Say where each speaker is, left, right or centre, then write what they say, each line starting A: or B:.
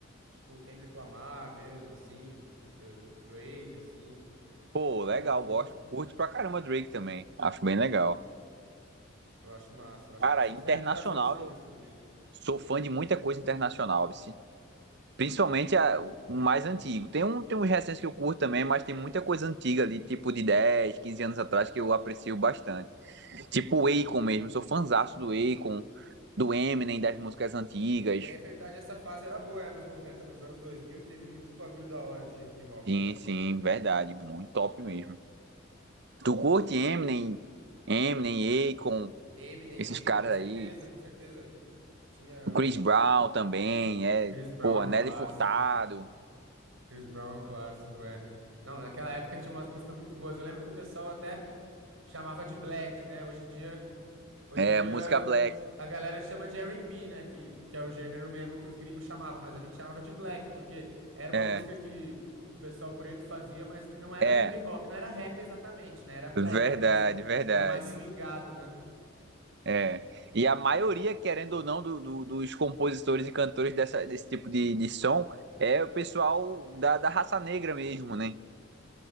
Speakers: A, on the right (about 85°); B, on the right (about 60°).
A: Tipo, Kendrick Lamar mesmo, assim. D- eh, Drake, assim.
B: Pô,
A: Esses
B: legal,
A: bagulho
B: gosto,
A: assim.
B: curto pra caramba Drake também, acho bem legal.
A: Eu acho massa, eu acho
B: Cara,
A: massa.
B: internacional
A: E os raps das antigas também.
B: Sou fã de muita coisa internacional, vice. Principalmente a- o mais antigo. Tem, um, tem uns recentes que eu curto também, mas tem muita coisa antiga ali, tipo de 10, 15 anos atrás, que eu aprecio bastante. Tipo o Akon mesmo, sou fãzaço do Akon, do Eminem, das músicas antigas.
A: É verdade, essa fase era boa, é, anos 90 pros anos 2000 teve muito bagulho da hora de hip hop,
B: Sim,
A: né?
B: sim, verdade, muito top mesmo. Tu curte Eminem, Eminem, Akon,
A: Eminem,
B: esses
A: Akon,
B: caras
A: com certeza,
B: aí.
A: com certeza. Tinha.
B: O Chris Brown também, é,
A: Chris Brown
B: porra,
A: é um clássico.
B: Nelly Furtado,
A: Chris Brown é um clássico, é. Não, naquela época tinha umas músicas muito boas. Eu lembro que o pessoal até chamava de Black, né? Hoje em dia, hoje
B: é,
A: em dia
B: música Black,
A: a galera chama de R&B, né? Que, que é o gênero mesmo que os gringos chamavam, mas a gente chamava de Black, porque era uma
B: É,
A: música que o pessoal preto fazia, mas que não era
B: é.
A: hip hop, não era rap exatamente, né? Era black,
B: Verdade,
A: era mais,
B: verdade.
A: era mais swingado, né?
B: É. E a maioria, querendo ou não, do- do- dos compositores e cantores dessa- desse tipo de, de som é o pessoal da, da raça negra mesmo, né?